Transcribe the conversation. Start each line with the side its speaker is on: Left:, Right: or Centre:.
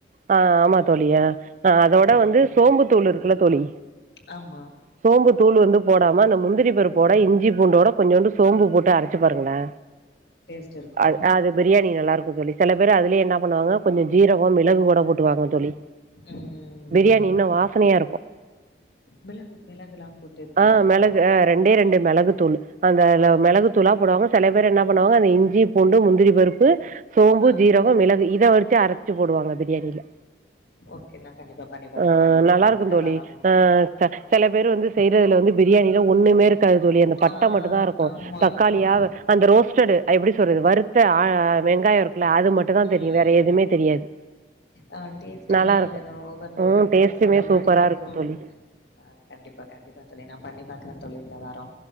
Right: ஆஹ் ஆமா தோழியா ஆஹ் அதோட
Left: அ
Right: வந்து சோம்பு தூள் இருக்குல்ல தோழி
Left: ஆமா.
Right: சோம்பு தூள் வந்து போடாம அந்த முந்திரி பருப்போட இஞ்சி பூண்டோட கொஞ்சோண்டு சோம்பு போட்டு அரச்சு பாருங்களே
Left: டேஸ்ட் இருக்கும்.
Right: அ அது பிரியாணி நல்லா இருக்கு தோழி சில பேர் அதுலயே என்ன பண்ணுவாங்க கொஞ்ச ஜீரகோ மிளகு போட்டு பாருங்க தோழி
Left: ம்.
Right: பிரியாணி இன்னு
Left: சரி.
Right: வாசனையா இருக்கு
Left: மிளகு மிளகுலாம் போட்டு இது பண்ணுவாங்களா?
Right: ஆ மெளகு அ ரெண்டே ரெண்டு மிளகு தூளு அந்த அ மெளகு தூளா போடுவாங்க செல பேரு என்ன பண்ணுவாங்க அந்த இஞ்சி பூண்டு முந்திரி பருப்பு சோம்பு
Left: ஆ.
Right: ஜீரகோ மிளகு இத வச்சு அரச்சு போடுவாங்க அது தெரில
Left: ஓகே. நான் கண்டிப்பா பண்ணி பார்க்குறேன்
Right: ஆ
Left: தோழி இந்த
Right: நல்லா
Left: வா-
Right: இருக்குந்தோழி
Left: இந்த வாரம்.
Right: அ செல பேரு வந்து செய்றதுல வந்து பிரியாணில ஒன்னுமே இருக் காது தோழி அந்த பட்ட
Left: ஆ
Right: மட்டு தா இருக்கு
Left: ஆமா,
Right: தக்காளியா
Left: ஆமா.
Right: அந்த ரோஸ்டடு எப்டி சொல்றது வருத்த ஆ வெங்காயோ இருக் குல அது மட்டு தா
Left: ம்.
Right: தெரியு வேற எதுமே தெரியாது
Left: ஆ டேஸ்ட்டுமே
Right: நல்லா இருக்கு
Left: வெறு ஒவ்வொரு நேரோ
Right: ம்
Left: தக்காளி
Right: டேஸ்ட்டுமே
Left: சாதோ
Right: சூப்பரா
Left: மாரி இருக்கு
Right: தோழி
Left: ஆ கண்டிப்பா கண்டிப்பா தோழி நா ப ண்ணி பாக்குற தோழி இந்த வாரோ